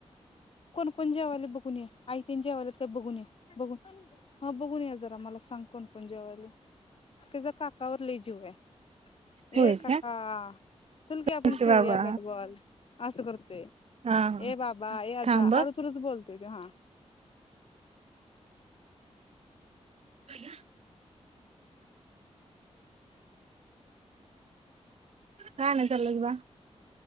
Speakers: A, on the left; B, on the right.
A: कोणकण जेवाले बघून या आई तन जेवालेत का बघून या बघून हा बघून या जरा मला सांग कोणकोण जेवायला त्याच्या काकावर लले श
B: होय
A: ए काका
B: का?
A: चल की आपण
B: ए
A: खेळूया
B: बाबा
A: बॅटबॉल असं करतोय
B: हां
A: ए बाबा ए आज
B: थांब
A: अरुचुरूच
B: हं.
A: बोलतोय ते हा
B: काय्या काय नाही चनलाग बा